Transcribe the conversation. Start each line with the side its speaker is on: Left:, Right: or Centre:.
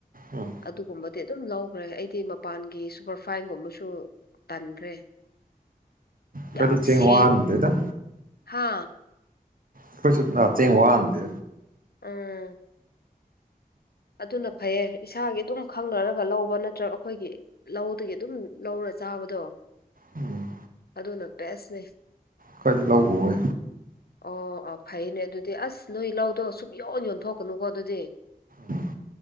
Right: ꯎꯝ
Left: ꯑꯗꯨꯒꯨꯝꯕꯗꯤ ꯑꯗꯨꯝ ꯂꯧꯈ꯭ꯔꯦ ꯑꯩꯗꯤ ꯃꯄꯥꯟꯒꯤ ꯁꯨꯄꯔ ꯐꯥꯏꯟꯒꯨꯝꯕꯁꯨ__ ꯇꯟꯈ꯭ꯔꯦ
Right: ꯈꯔꯗꯤ
Left: ꯌꯥꯝ
Right: ꯆꯦꯡ
Left: ꯁꯦꯡꯉ
Right: ꯋꯥꯍꯟꯗꯦꯗ
Left: ꯍꯥ
Right: ꯑꯩꯈꯣꯏꯁꯨ ꯆꯦꯡ ꯋꯥꯟꯗꯦ꯫
Left: ꯎꯝ꯫ ꯑꯗꯨꯅ ꯐꯩꯌꯦ ꯏꯁꯥꯒꯤ ꯑꯗꯨꯝ ꯈꯪꯅꯔꯒ ꯂꯧꯕ ꯅꯠꯇ꯭ꯔꯒ ꯑꯩꯈꯣꯏꯒꯤ__ ꯂꯧꯗꯒꯤ ꯑꯗꯨꯝ ꯂꯧꯔ ꯆꯥꯕꯗꯣ꯫
Right: ꯎꯝ
Left: ꯑꯗꯨꯅ ꯕꯦꯁꯅꯦ꯫
Right: ꯈꯈꯋꯥꯏꯗꯤ ꯂꯧ ꯎꯋꯦ꯫
Left: ꯑꯣ ꯑꯥ ꯐꯩꯅꯦ ꯑꯗꯨꯗꯤ ꯑꯁ ꯅꯣꯏ ꯂꯧꯗꯣ ꯁꯨꯡꯛ ꯌꯣꯟ ꯌꯣꯟꯊꯣꯛꯀꯅꯨꯀꯣ ꯑꯗꯨꯗꯤ꯫
Right: ꯎꯝ